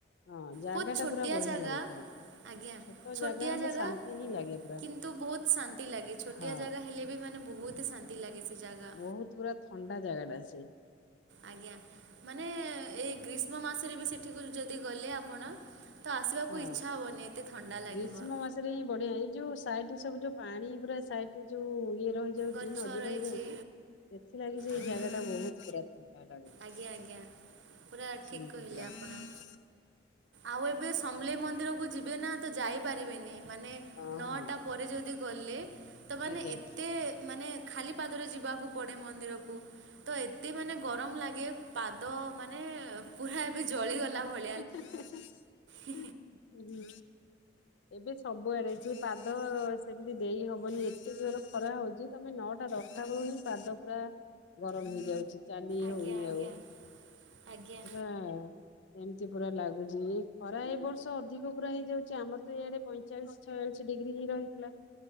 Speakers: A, on the left (about 85°); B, on the right (about 80°).
A: ହଁ ଜାଗା
B: ବହୁତ ଛୋଟିଆ
A: ଟା ପୁରା ବଢିଆ
B: ଜାଗା
A: ଲାଗୁଥାଏ।
B: ଆଜ୍ଞା
A: ଛୋଟ
B: ଛୋଟିଆ
A: ହେଲେ
B: ଜାଗା।
A: ଶାନ୍ତି ହିଁ ଲାଗେ ପୁରା
B: କିନ୍ତୁ ବହୁତ ଶାନ୍ତି ଲାଗେ ଛୋଟିଆ
A: ହଁ
B: ଜାଗା ହେଲେ ବି ମାନେ ବହୁତ ଶାନ୍ତି ଲାଗେ ସେ ଜାଗା।
A: ବହୁତ ପୁରା ଥଣ୍ଡା ଜାଗା ଟା ସେ।
B: ଆଜ୍ଞା ମାନେ ଏଇ ଗ୍ରୀଷ୍ମ ମାସରେ ବି ସେଠିକୁ ଯଦି ଗଲେ ଆପଣ ତ ଆସିବାକୁ
A: ହଁ।
B: ଇଚ୍ଛା ହବନି ଏତେ ଥଣ୍ଡା ଲାଗିବ।
A: ଗ୍ରୀଷ୍ମ ହିଁ ବଢିଆ ଏଇ ଯୋଉ ସାଇଟ ରେ ସବୁ ଯୋଉ ପାଣି ପୁରା ସାଇଟ ଯୋଉ ଇଏ ରହିଛି। ଯାଉଛି
B: ଗଛ
A: ନଦୀ
B: ରହିଛି
A: ରହିଯାଉଛି ସେଥିଲାଗି ସେ
B: ଆଜ୍ଞା
A: ଜାଗା ଟା ବହୁତ ପୁରା ଥଣ୍ଡା
B: ଆଜ୍ଞା
A: ଲାଗୁଛି
B: ଆଜ୍ଞା
A: ଶି
B: ପୁରା ଠିକ୍ କହିଲେ
A: <unintelligible>
B: ଆପଣ ଆଉ ଏବେ ସମଲେଇ ମନ୍ଦିରକୁ ଯିବେ ନା ଯାଇପାରିବେନି ମାନେ
A: ହଁ
B: ନଟା
A: ହଁ
B: ପରେ ଯଦି ଗଲେ ତ ମାନେ
A: ଆଜ୍ଞା
B: ଏତେ ଖାଲି ପାଦରେ ଯିବାକୁ ପଡ଼େ ମନ୍ଦିରକୁ ତ ଏତେ ମାନେ ଗରମ ଲାଗେ। ପାଦ ମାନେ ପୁରା ଏବେ ଜଳିଗଲା ଭଳିଆ।
A: ପ <unintelligible>
B: ହଁ।
A: ହୁଁ। ଏବେ ସବୁଆଡେ ସ ପାଦ ସେମିତି ଦେଇ ହବନି ଏତେ ଜୋରେ ଖରା ହଉଛି। ନଅଟା ଦଶଟା ବେଳକୁ ହିଁ ପାଦ ପୁରା ଗରମ ହେଇଯାଉଛି। ଚାଲି
B: ଆଜ୍ଞା
A: ହଉନି
B: ଆଜ୍ଞା
A: ଆଉ
B: ଆଜ୍ଞା।
A: ନା। ଏମତି ପୁରା ଲାଗୁଛି ଖରା ଏ ବର୍ଷ ଅଧିକ ପୁରା ହେଇଯାଉଛି ଆମର ତ ଇଆଡେ ଚାଳିଶ ଛୟାଳିଶ ଡିଗ୍ରୀ ହିଁ ରହିଥିଲା